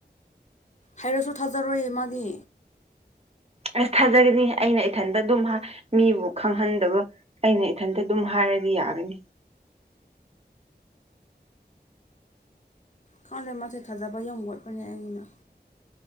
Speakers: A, on the left; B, on the right.
A: ꯍꯥꯏꯔꯁꯨ ꯊꯥꯖꯔꯣꯏꯌꯦ ꯃꯥꯗꯤ
B: ꯑꯁ ꯊꯥꯖꯒꯅꯤ ꯑꯩꯅ ꯏꯊꯟꯇ ꯑꯗꯨꯝ ꯃꯤꯕꯨ ꯈꯪꯍꯟꯗꯕ ꯑꯩꯅ ꯏꯊꯟꯇ ꯑꯗꯨꯝ ꯍꯥꯏꯔꯗꯤ ꯌꯥꯒꯅꯤ
A: ꯈꯪꯗꯦ ꯃꯁꯦ ꯊꯥꯖꯕ ꯌꯧꯒꯣꯠꯄꯅꯦ ꯑꯩꯅ